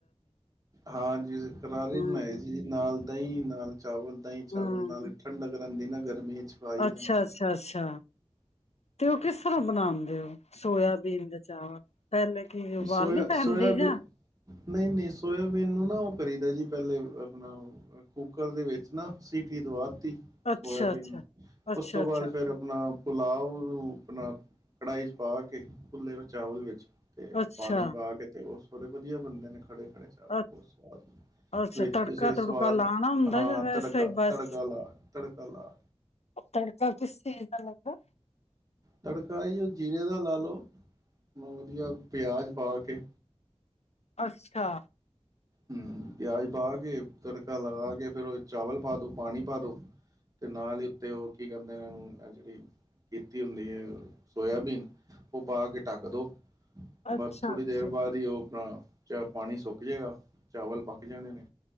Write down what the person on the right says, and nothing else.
ਹਾਂਜੀੀ ਕਰਾਰੇ
ਬਣਾਏ ਸੀ ਜੀ ਨਾਲ ਦਹੀਂ ਨਾਲ ਚਾਵਲ ਦਹੀਂ ਚਾਵਲ
ਨਾਲ ਠੰਡ ਕਰਨ ਦੀ ਨਾ ਗਰਮੀ 'ਚ ਖਾਈ
ਦਾ ਹੁੰਦਾ।
ਸੋਇਆ ਸੋਆਬੀਨ
ਨਹੀਂ ਨਹੀਂ ਸੋਆਬੀਨ ਨੂੰ ਨਾ ਕਰੀਦਾ ਜੀ ਪਹਿਲੇ ਆਪਣਾ ਕੁੱਕਰ ਦੇ ਵਿੱਚ ਨਾ ਸੀਟੀ ਤੋਂ ਬਾਅਦ ਸੋਇਬੀਨ
ਨੂੰ
ਉਸ ਤੋਂ
ਬਾਅਦ ਫੇਿਰ ਆਪਣਾ ਪੁੁਲਾਵ ਆਪਣਾ ਕੜਾਹੀ ਚ ਪਾ ਕੇ ਭੁੱਲੇ ਚਾਵਲ ਵਿੱਚ ਅਤੇ
ਪਾਣੀ ਪਾ ਕੇ ਅਤੇ ਉਸ ਬੜੇ ਵਧੀਆ ਬੰਦੇ ਨੇ ਖੜੇ ਚਾਵਲ
ਬਹੁਤ ਸਵਾਦ
ਵਿੱਚ
ਤੁਸੀਂ
ਸਵਾਦ
ਹਾਂ
ਤੜਕਾ
ਤੜਕਾ ਲਾ ਤੜਕਾ ਲਾ
ਤੜਕਾ ਹੀ ਜੀਰੇ ਦਾ ਲਾ ਲਉ ਬ ਵਧੀਆ ਪਿਆਜ਼ ਪਾ ਕੇ
ਹਮ ਪਿਆਜ ਪਾ ਕੇ ਤੜਕਾ ਲਗਾ ਕੇ ਫੇਿਰ ਉਹ ਚਾਵਲ ਪਾ ਦੋ ਪਾਣੀ ਪਾ ਦੋ ਤੇ ਨਾਲ ਹੀ ਉੱਤੇ ਉਹ ਕੀ ਕਹਿੰਦੇ ਨੇ ਇਹਨੂੰ ਜਿਹੜੀ ਕੀਤੀ ਹੁੰਦੀ ਹੈ ਸੋਇਆਬੀਨ ਉਹ ਪਾ ਕੇ ਢੱਕ ਦੋ
ਬਸ ਥੋੜ੍ਹੀ
ਦੇਰ ਬਾਅਦ ਹੀ ਉਹ ਆਪਣਾ ਚੱਲ ਪਾਣੀ ਸੁੱਕ ਜੇਗਾ ਚਾਵਲ ਪੱਕ ਜਾਣੇ ਨੇ